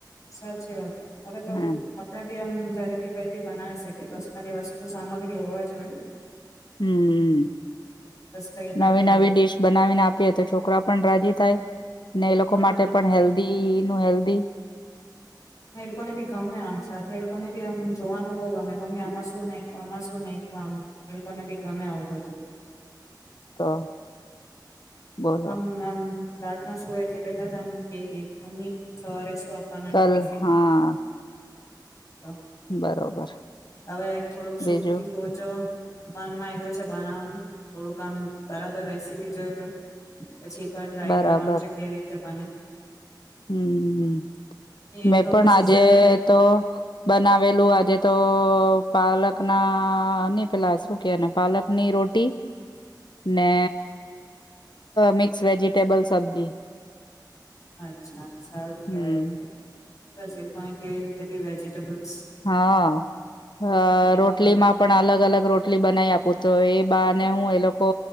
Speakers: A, on the left (about 45°); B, on the left (about 80°).
A: સાચી વાત હવે
B: હમ
A: તો આપણે બી આમ ઘરે બી કઈ બી બનાવી શકીએ બસ ખાલી વસ્ શું સામગ્રી હોવા જોએ
B: હમ
A: કઈ હટકે
B: નવી નવી ડીશ બનાવીને આપીએ તો છોકરાઓ પણ રાજી થાય ને એ લોકો
A: હા
B: માટે
A: અને
B: પણ હેલ્ધી નું હેલ્દી
A: એ લોકોને બી ગમે આમ સાથે એ લોકોને બી આમ જોવાનું બહુ ગમે મમ્મી આમાં શું નાખ્યું આમાં શું નાખ્યું આમ એ લોકોને બી ગમે આવું બધું
B: તો બોલો
A: આમ આમ રાતના સુવે એટલે પેલા જ આમ કઈ દે મમ્મી સવારે શું આપવાના
B: કલ
A: ટિફિનમાં
B: હા
A: તો
B: બરોબર
A: હવે એક થોડુંક
B: બીજું
A: સુખથી લોચો મનમાં આવ્યો છે બનાવાનું થોડુંક આમ બરાબર રેસીપી જોઈ લઉં. પછી એકવાર ટ્રાય
B: બરાબર
A: કરવાનું છે કેવી રીતે બને.
B: હમ
A: એ
B: મેં
A: તો
B: પણ
A: પછી
B: આજે
A: સન્ડે
B: તો બનાવેલું આજે તો પાલકના ની પેલા શું કે એને પાલકની રોટી ને મિક્સ વેજીિટેબલ સબ્જી
A: અચ્છા સારું
B: હમ
A: કેવાય બસ એ લોકોને કેવી રીતે બી વેજીિટેબલ્સ
B: હા અ
A: એમ
B: રોટલીમાં
A: તો
B: પણ અલગ અલગ રોટલી બનાઈ આપું તો એ બાને હું એ લોકો